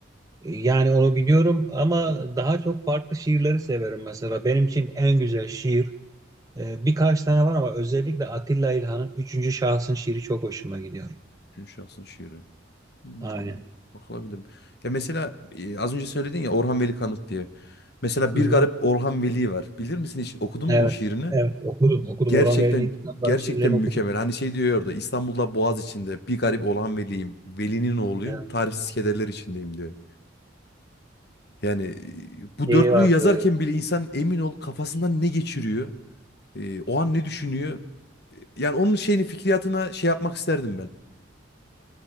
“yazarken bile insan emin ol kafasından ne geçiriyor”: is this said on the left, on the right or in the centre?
Left